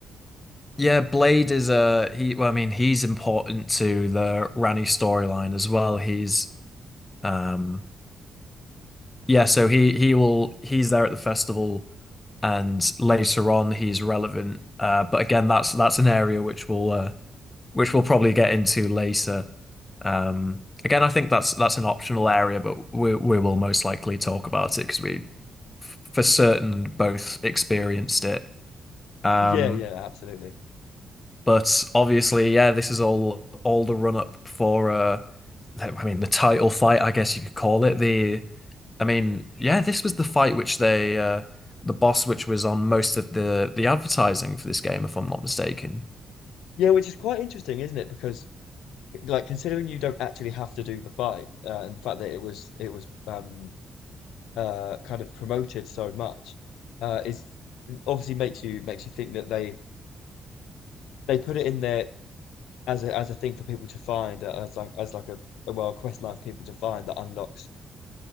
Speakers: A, on the left; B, on the left.
A: Yeah, Blade is uh he well, I mean, he's important to the Rani storyline as well. He's um Yeah, so he he will he's there at the festival and later on he's relevant. Uh, but again, that's that's an area which we'll uh, which we'll probably get into later. Um, again, I think that's that's an optional area, but we we will most likely talk about it because we f- for certain both experienced it. Um,
B: yeah, yeah, absolutely,
A: but obviously, yeah, this is all all the run up for uh, I mean the title fight, I guess you could call it the I mean, yeah, this was the fight which they uh the boss which was on most of the the advertising for this game, if I'm not mistaken.
B: yeah, which is quite interesting, isn't it? Because like considering you don't actually have to do the fight, uh, and the fact that it was it was um, uh, kind of promoted so much, uh, is obviously makes you makes you think that they they put it in there as a as a thing for people to find uh, as like as like a, a well a quest line for people to find that unlocks